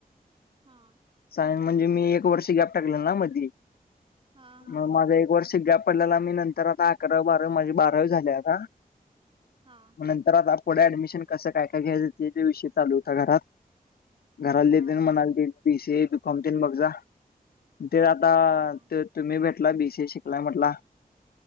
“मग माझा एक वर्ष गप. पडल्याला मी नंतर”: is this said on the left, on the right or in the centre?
Left